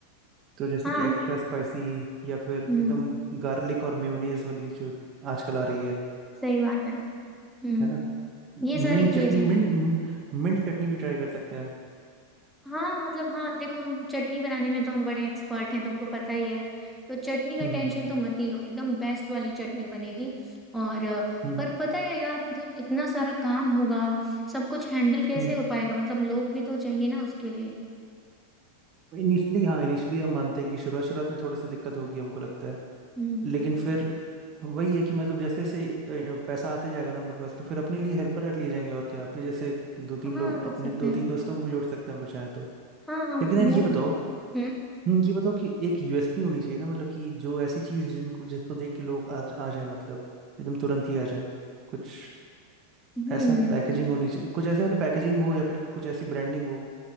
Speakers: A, on the right (about 30°); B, in the centre.
A: तो जैसे
B: हाँ
A: कि एक्स्ट्रा स्पाइसी या फिर
B: हम्म
A: एकदम गार्लिक और मेयोनेज वाली जो आजकल आ रही है
B: सही बात है हम्म
A: है ना
B: ये सारी
A: Mint
B: किए
A: chutney
B: जाए
A: mint mint chutney भी ट्राई कर सकते हैं
B: हाँ मतलब हाँ देखो हमको चटनी बनाने में तो हम बड़े एक्सपर्ट हैं तुमको पता ही है तो चटनी का
A: हम्म हम्म
B: टेंशन
A: हम्म
B: तो मत ही लो एकदम बेस्ट वाली चटनी बनेगी और अ,
A: हम्म
B: पर
A: हम्म
B: पता है यार मतलब इतना सारा काम होगा सब कुछ हैंडल कैसे
A: हम्म, हम्म।
B: हो पाएगा मतलब लोग भी तो चाहिए ना उसके लिए
A: इनिशियली हाँ इनिशियली हम मानते हैं कि शुरुआत शुरुआत में थोड़ी सी दिक्कत होगी हमको लगता है
B: हम्म।
A: लेकिन फिर वही है कि मतलब जैसे जैसे अ, पैसा आते जाएगा ना हम लोग के पास तो फिर अपने लिए हेल्पर रख लिए जाएंगे और क्या अपने जैसे दो तीन
B: हाँ
A: लोग
B: रख
A: अपने
B: सकते
A: दो
B: हैं
A: तीन दोस्तों को भी जोड़ सकते हैं हम लोग चाहे तो
B: हाँ हाँ वो
A: लेकिन यार ये बताओ
B: हम्म
A: हम्म, ये बताओ कि एक यूएसपी होनी चाहिए ना मतलब कि जो ऐसी चीज जिनको जिसको देख के लोग आ, आ जाए मतलब एकदम तुरंत ही आ जाए कुछ
B: हम्म
A: ऐसा पैकेजिंग होनी चाहिए कुछ ऐसे वाला पैकेजिंग हो या फिर कुछ ऐसी ब्रांडिंग हो